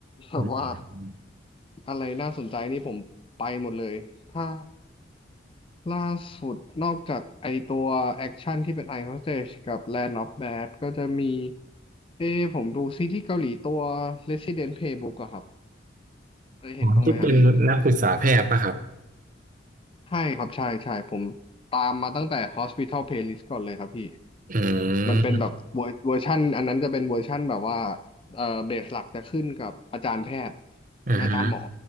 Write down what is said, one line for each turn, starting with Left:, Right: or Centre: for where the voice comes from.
Left: แบบว่า
Right: อืม
Left: อะไรน่าสนใจนี่ผมไปหมดเลยถ้าล่าสุดนอกจากไอตัวแอคชั่นที่เป็น Ice Hostage กับ Land of Bad ก็จะมีเอ้ผมดูซีรีส์เกาหลีตัว Resident Playbook อะครับเคยเห็นบ้างไหมครับพี่
Right: อ๋อที่เป็นนักศึกษาแพทย์ป่ะครับ
Left: ใช่ครับใช่ใช่ผมตามมาตั้งแต่ Hospital Playlist ก่อนเลยครับพี่
Right: อื
Left: มันเป็นแบบเวอร์เวอร์ชันอันนั้นจะเป็นเวอร์ชันแบบว่า
Right: ม
Left: เอ่อเบสหลักจะขึ้นกับอาจารย์แพทย์
Right: อ่าฮะ
Left: เป็นอาจารย์หมอ